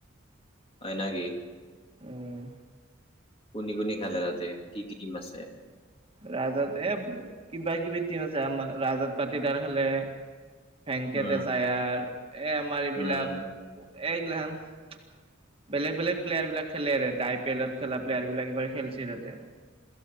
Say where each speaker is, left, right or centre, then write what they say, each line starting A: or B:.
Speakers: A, on the left; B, on the right.
A: হয় নাকি?
B: উম।
A: কোনি-কোনি খেলে তাতে? কি-কি টিম আছে?
B: ৰাজত এ কিবা-কিবি টিম আছে আমাৰ। ৰাজত পাতিদাৰ খেলে। ভেংকেটেছ
A: উম
B: আয়াৰ এই আমাৰ এইবিলাক
A: উম
B: এইগিলাখান, বেলেগ বেলেগ প্লেয়াৰ বিলাক খেলে আৰু এতে এ আই পি এলত। খেলা প্লেয়াৰ বিলাক এইবাৰ খেলছে তাতে।